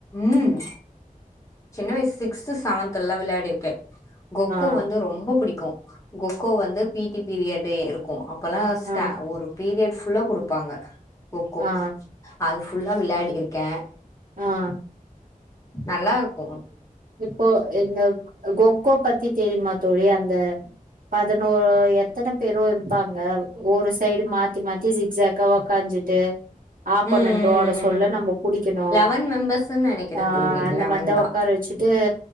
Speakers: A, on the left; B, on the right.
A: உம் சின்ன வயசு சிக்ஸ்து செவன்த் எல்லாம் விளையாடி இருக்கே கொக்கோ
B: ஆ
A: வந்து ரொம்ப புடிக்கும் கொக்கோ வந்து பிடி பீரியட் இருக்கூ அப் இப்பெல்லாம் <unintelligible>
B: ஆ
A: ஒரு பீரியட் ஃபுல்லா கொடுப்பாங்க. கொக்கோ
B: ஆ
A: அது ஃபுல்லா விளையாடி இருக்கேன்
B: ஆஹ்
A: நல்லா இருக்கூ
B: இப்போ இந்த கோகோ பத்தி தெரியுமா தோழி அந்த பதினோரு எத்தன பேரு இருப்பாங்க ஒரு சைடு மாத்தி மாத்தி ஜிக் ஜக் உக்காஞ்சிட்டு ஆப்பண்ணன்ட்டுட
A: ம் ம் ம்
B: சொல்ல
A: ம்
B: நம்ம புடிக்கணு
A: லெவன் மெம்பர்ஸ்ன்னு நெனைக்கிறே
B: ஆஹ்
A: தோழி
B: அந்த
A: லெவன்
B: மாதிதான்
A: தா
B: உக்காரச்ச வச்சட்டு